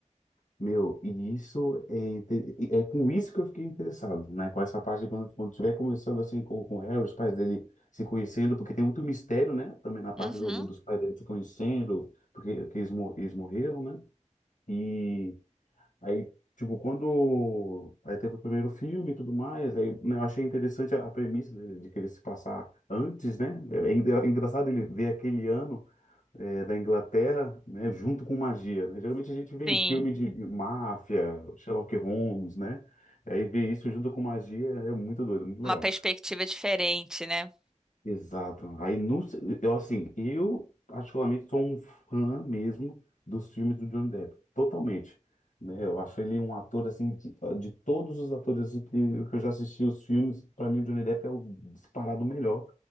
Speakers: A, on the left; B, in the centre.
A: meu, e isso é, inte- é com isso que eu fiquei interessado, né? Com essa parte de quando, quando tiver começando assim com, com o Harry, os pais dele se conhecendo, porque tem muito mistério, né? Também na parte
B: Uhum.
A: do, do- dos pais dele se conhecendo, porque que eles, mo- eles morreram, né? e Aí, tipo, quando. Aí teve o primeiro filme e tudo mais, aí né, eu achei interessante a, a premissa de, de querer se passar antes, né? É, é engra- é engraçado ele ver aquele ano é, da Inglaterra, né, junto com magia, né? Geralmente a gente vê em
B: Sim,
A: filme de de máfia, Sherlock Holmes, né? aí ver isso junto com magia é muito doido, muito legal.
B: uma perspectiva diferente, né?
A: Exato. Aí não, se- eu assim, eu particularmente sou um fã mesmo dos filmes do Johnny Depp, totalmente, né? Eu acho ele um ator assim de, de todos os atores que que eu já assisti os filmes, para mim o Johnny Depp é o disparado melhor.